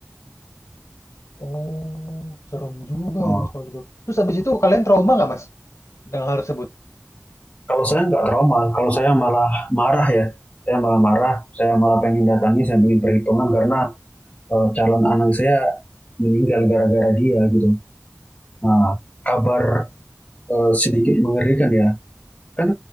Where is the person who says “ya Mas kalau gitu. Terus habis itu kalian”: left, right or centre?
Left